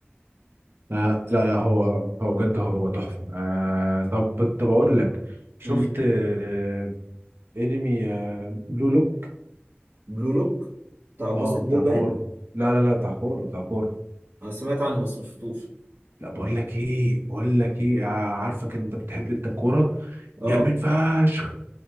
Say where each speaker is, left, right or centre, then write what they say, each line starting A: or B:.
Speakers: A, on the right; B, on the right.
A: آه... لا لا هو هو بجد هو تحفه آه... طب طب اقول لك شفت
B: امم
A: آه... انمي آه... بلو لوك
B: بلو لوك بتاع الباسكت
A: اه
B: بول
A: بتاع
B: باين
A: كوره لا لا لا بتاع كوره بتاع كوره
B: انا سمعت عنه بس ما شفتوش
A: لا بقول لك ايه بقول لك ايه ع- عارفك انت بتحب انت الكوره
B: اه
A: جامد فشخ